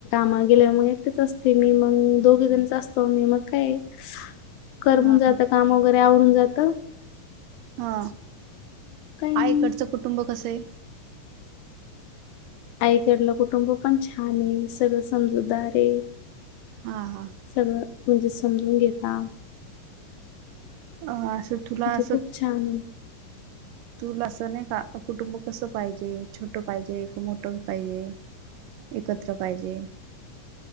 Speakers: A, on the left (about 75°); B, on the right (about 80°).
A: मग गेल्या मग एकटेच असते मी मग दोघे जणच असतो मी मग काय कर म्हणून
B: हा
A: जात काम वगैरे आवरून जात.
B: हा
A: नाही.
B: आईकडचं कुटुंब कसं आहे.
A: आईकडलं कुटुंब पण छान आहे सगळं समजूदार आहे.
B: हा हा.
A: सगळं म्हणजे समजून घेता.
B: अ असं तुला
A: म्हणजे
B: असं
A: खूप छान आहे
B: तुला तसं नाही का कुटुंब कसं पाहिजे, छोटं पाहिजे का मोठं पाहिजे? एकत्र पाहिजे.